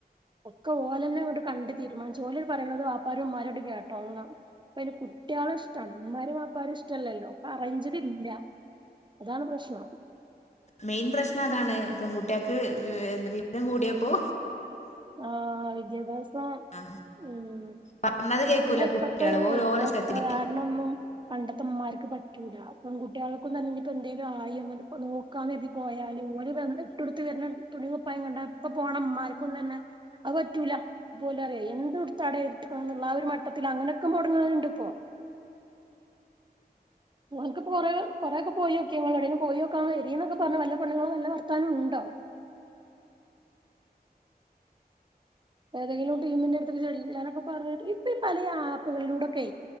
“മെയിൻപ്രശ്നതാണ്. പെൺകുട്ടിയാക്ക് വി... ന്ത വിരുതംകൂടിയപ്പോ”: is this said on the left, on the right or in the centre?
Left